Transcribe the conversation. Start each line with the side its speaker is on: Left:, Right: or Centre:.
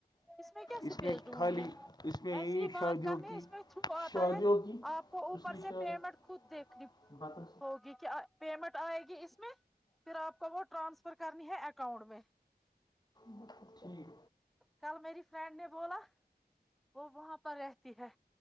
Centre: اس میں کیا سپیس
Left: اس میں
Centre: ڈھونڈنی
Left: خالی
Centre: ہے
Left: اس میں یہی
Centre: ایسے ہی بات
Left: شادیوں
Centre: کرنی ہے
Left: کی
Centre: اس میں تھرو آتا
Left: شادیوں
Centre: ہے
Left: کی
Centre: آپ کو اوپر
Left: اس نے
Centre: سے
Left: شاید
Centre: پیمنٹ خود دیکھنی
Left: بتا
Centre: ہوگی کہ پیمنٹ آئے گی اس میں پھر آپ کو وہ ٹرانسفر کرنی ہے اکاؤنٹ میں
Left: ب ٹییک
Centre: کل میری فرینڈ نے بولا وہ وہاں پر رہتی ہے